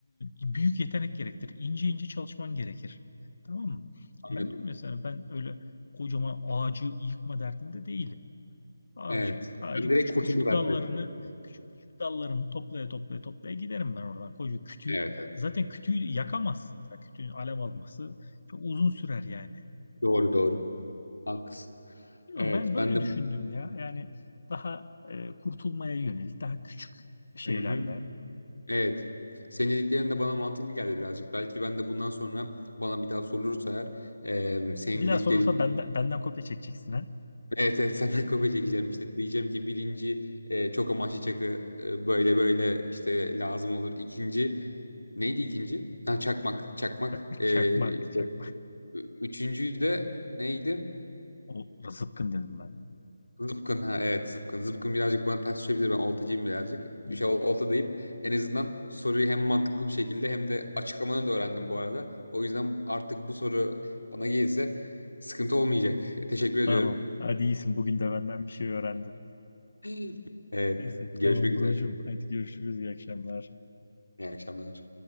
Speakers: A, on the left; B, on the left.
A: büyük yetenek gerektirir. İnce ince çalışman gerekir. Tamam mı?
B: Anladım.
A: Ben diyorum mesela ben öyle kocaman ağacı yıkma derdinde değilim. Ağacı,
B: Evet.
A: ağacın
B: Sen direkt
A: küçük
B: kurtuluverdin.
A: küçük dallarını küçük küçük dallarını toplaya toplaya toplaya giderim ben oradan. Koca kütüğü
B: Evet.
A: zaten kütüğü yakamazsın. Ta kütüğün alev alması çok uzun sürer yani.
B: Doğru doğru. Haklısın.
A: Bilmiyorum,
B: Evet
A: ben böyle
B: ben de
A: düşündüm
B: bu...
A: ya. Yani daha e, kurtulmaya yönelik daha küçük şeylerle
B: Hı-hı. Evet. Senin dediklerin de bana mantıklı geldi birazcık. Belki ben de bundan sonra bana bir daha sorulursa eğer e, senin
A: Bir
B: dediklerin
A: daha sorulsa benden, benden kopya çekeceksin ha.
B: Evet evet senden kopya çekeceğim işte. Diyeceğim ki birinci e, çok amaçlı çakı e, böyle böyle işte lazım olur. İkinci neydi ikinci? Ha çakmak çakmak.
A: Çak-
B: E,
A: Çakmak,
B: işte,
A: çak.
B: ü- üçüncüyü de neydi?
A: O zıpkın dedim ben.
B: Zıpkın ha evet zıpkın. Zıpkın birazcık bana ters düşebilir ben oltacıyım birazcık.
A: Hı,
B: İşte ol- olta deyip en azından soruyu hem mantıklı bir şekilde hem de açıklamanı da öğrendim bu arada. O yüzden artık bu soru bana gelirse sıkıntı olmayacak. Teşekkür ediyorum.
A: Tamam. Hadi iyisin. Bugün de benden bir şey öğrendin.
B: <laughs> Evet
A: Neyse.
B: görüşmek
A: Tamam
B: üzere.
A: brocum. Hadi görüşürüz. İyi akşamlar.
B: İyi akşamlar.